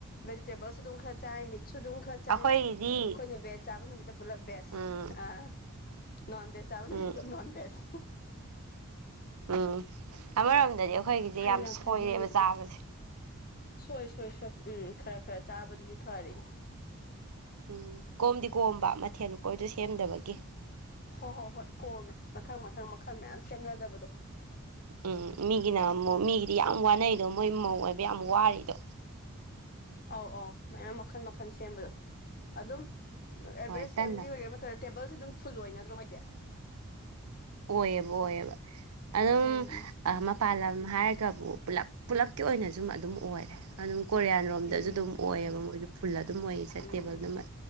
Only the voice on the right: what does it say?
ꯑꯩꯈꯣꯏꯒꯤꯗꯤ
ꯎꯝ
ꯎꯝ
ꯎꯝ ꯑꯃꯔꯣꯝꯗꯗꯤ ꯑꯩꯈꯣꯏꯒꯤꯁꯦ
ꯌꯥꯝ ꯁꯣꯏꯔꯦꯕ
ꯆꯥꯕꯁꯦ
ꯎꯝ ꯀꯣꯝꯗꯤ ꯀꯣꯝꯕ ꯃꯊꯦꯜ ꯂꯨ ꯀꯣꯏꯗꯣ ꯁꯦꯝꯗꯕꯒꯤ
ꯎꯝ ꯃꯤꯒꯤꯅ ꯑꯃꯨꯛ ꯃꯤꯒꯤꯗꯤ ꯌꯥꯝ ꯋꯥꯅꯩꯗꯣ ꯃꯣꯏ ꯃꯧ ꯑꯣꯏꯕ ꯌꯥꯝ ꯋꯥꯔꯤꯗꯣ
ꯍꯣꯏ ꯇꯟꯅ
ꯑꯣꯏꯌꯦꯕ ꯑꯣꯏꯌꯦꯕ ꯑꯗꯨꯝ
ꯃꯄꯥꯟ ꯂꯝ ꯍꯥꯏꯔ ꯀꯕꯨ ꯄꯨꯂꯞ ꯄꯨꯜꯂꯞꯀꯤ ꯑꯣꯏꯅ ꯖꯨꯝ ꯑꯗꯨꯝ ꯑꯣꯏꯔꯦ ꯑꯗꯨꯝ ꯀꯣꯔꯤꯌꯥꯟꯔꯣꯝꯗꯁꯨ
ꯑꯗꯨꯝ ꯑꯣꯏꯌꯦꯕ ꯃꯣꯏꯁꯨ ꯐꯨꯜ ꯑꯗꯨꯝ ꯑꯣꯏꯌꯦ ꯆꯠꯇꯦꯕꯜ
ꯑꯗꯨꯃ